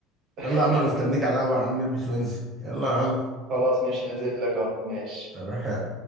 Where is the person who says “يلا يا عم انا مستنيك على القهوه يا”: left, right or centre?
Right